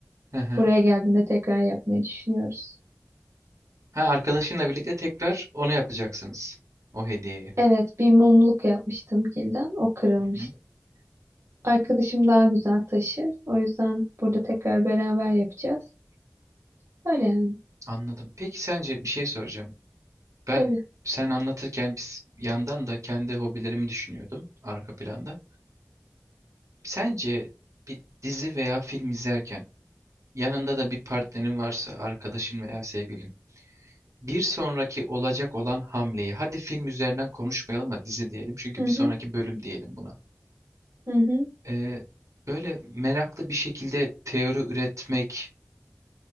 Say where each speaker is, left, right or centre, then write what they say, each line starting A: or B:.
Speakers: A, on the right; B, on the right.
A: Hı hı.
B: Buraya geldiğinde tekrar yapmayı düşünüyoruz.
A: Ha, arkadaşınla birlikte tekrar ona yapacaksınız. O hediyeyi.
B: Evet, bir mumluk yapmıştım kilden. O kırılmıştı.
A: Hı hı.
B: Arkadaşım daha güzel taşır. O yüzden burada tekrar beraber yapacağız. Öyle yani.
A: Anladım. Peki sence bir şey soracağım. Ben
B: Tabii.
A: sen anlatırken biz yandan da kendi hobilerimi düşünüyordum arka planda. Sence bir dizi veya film izlerken yanında da bir partnerin varsa, arkadaşın veya sevgilin, bir sonraki olacak olan hamleyi, hadi film üzerinden konuşmayalım da dizi diyelim çünkü
B: Hı
A: bir
B: hı,
A: sonraki bölüm diyelim buna.
B: hı hı.
A: Ee, böyle meraklı bir şekilde teori üretmek,